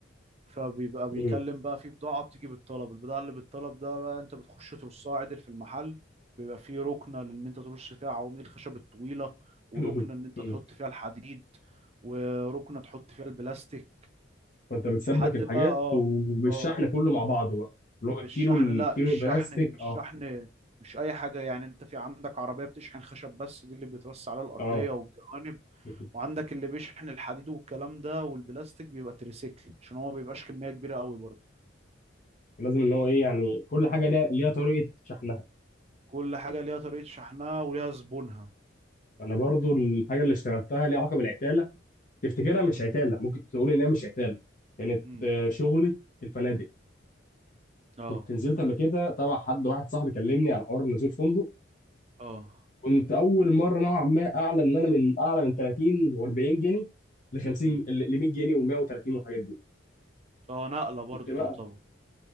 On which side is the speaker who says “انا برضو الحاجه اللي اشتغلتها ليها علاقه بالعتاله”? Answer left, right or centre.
Left